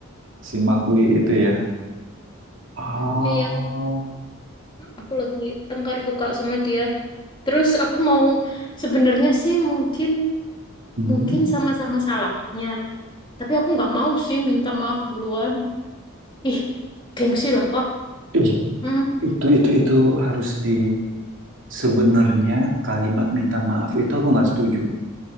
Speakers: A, on the right (about 60°); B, on the left (about 20°).
A: si Makli itu ya. Oh,
B: iya, aku lagi tengkar tuh kak sama dia, terus aku mau, sebenarnya sih mungkin,
A: hmm.
B: mungkin sama-sama salahnya, tapi aku nggak mau sih minta maaf duluan, ih, gengsi lah kak,
A: Ih,
B: hmm,
A: itu itu itu harus di sebenarnya kalimat minta maaf itu aku nggak setuju.